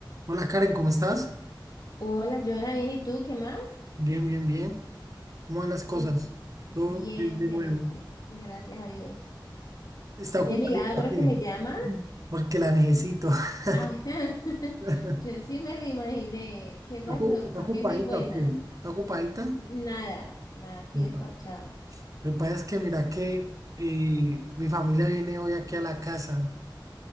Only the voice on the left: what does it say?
Hola, Joana, bien, ¿y tú qué más?
Que-
Bien,
excelente,
gracias a Dios.
Qué milagro
que me llamas.
Ajá, <laughs>
yo sí me lo imaginé. ¿Qué pasó?
¿Para
qué soy buena?
Nada, nada, aquí
desparchada.